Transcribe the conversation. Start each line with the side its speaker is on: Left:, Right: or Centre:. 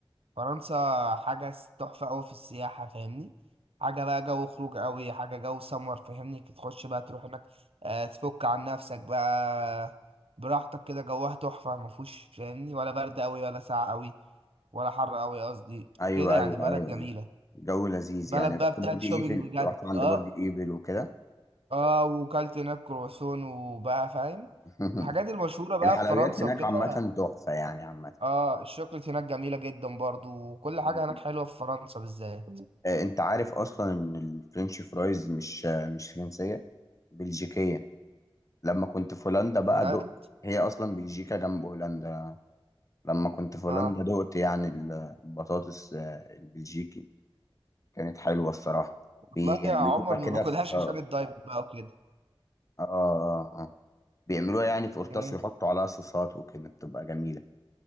Right: فرنسا حاجه س- تحفه قوي في السياحه فاهمني حاجه بقى جو خروج قوي حاجه جو سمر فاهمني تخش بقى تروح هناك آه، تفك عن نفسك بقى براحتك كده جوها تحفه ما فيهوش فاهمني ولا برد قوي ولا ساقع قوي ولا حر قوي قصدي
Left: أيوه
Right: كده يعني
Left: أيوه
Right: بلد
Left: أيوه
Right: جميله
Left: جو لذيذ
Right: بلد
Left: يعني رحت
Right: بقى بتاعت
Left: برج
Right: شوبينج
Left: إيفل
Right: بجد
Left: رحت عند
Right: اه
Left: برج إيفل وكده
Right: اه وكلت هناك كرواسون وبقى فاهم
Left: <laughs>
Right: الحاجات المشهورة بقى
Left: الحلويات
Right: في فرنسا
Left: هناك
Right: وكده
Left: عامة تحفة يعني عامة
Right: اه الشوكليت هناك جميلة جدا برضو وكل حاجة
Left: مم.
Right: هناك حلوة في فرنسا بالذات
Left: آه، أنت عارف أصلا إن الفرنش فرايز مش آه، مش فرنسية بلجيكية لما كنت في هولندا بقى
Right: بجد
Left: دقت هي أصلا بلجيكا جنب هولندا لما كنت في هولندا
Right: اه
Left: دقت يعني ال- البطاطس آه، البلجيكي كانت حلوة الصراحة
Right: والله
Left: بيعملوها
Right: يا عمر ما
Left: كده
Right: باكلهاش
Left: في آه,
Right: عشان الدايت بقى وكده
Left: آه, آه بيعملوها يعني في قرطاس
Right: مم.
Left: ويحطوا عليها صوصات وكده بتبقى جميلة